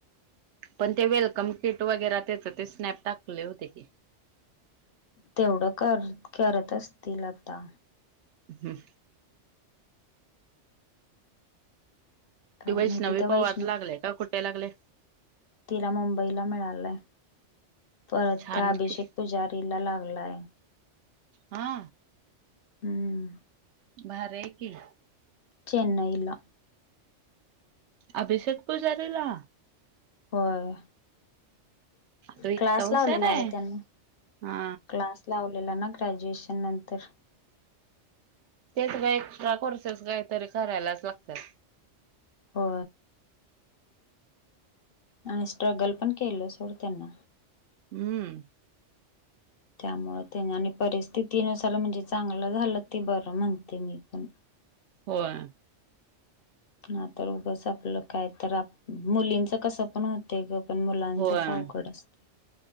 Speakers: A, on the right; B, on the left.
A: पण ते वेलकम किट वगैरे त्याच ते स्नॅप टाकले होते की,
B: तेवढं कर करत असतील आता
A: हम्
B: काय
A: की वैष्णवी
B: माहिती त्या वैष्णव
A: पवार लागले का? कुठे लागले?
B: तिला मुंबईला मिळालंय. परत
A: छान
B: त्या अभिषेक
A: की
B: पुजारीला लागलाय.
A: हा.
B: हम्म.
A: भारीय कि
B: चेन्नईला
A: अभिषेक पूजारीला
B: होय.
A: तो इतका
B: क्लास
A: हुशार
B: लावलेला
A: आहे
B: ग त्यांनी
A: हा
B: क्लास लावलेला ना ग्रॅज्युएशन नंतर
A: तेच का एक्स्ट्रा कोर्सेस काहीतरी करायलाच लागत्यात.
B: हो, आणि स्ट्रगल पण केलं सोडं त्यांना
A: हम्म,
B: त्यामुळे त्यांनी आणि परिस्थितीनुसार म्हणजे चांगलं झालं ते बरं म्हणते मी पण,
A: होय,
B: ह तर उगच आपलं काय तर मुलींच कस पण होत ग. पण मुलांचच
A: होय
B: अवघड असते.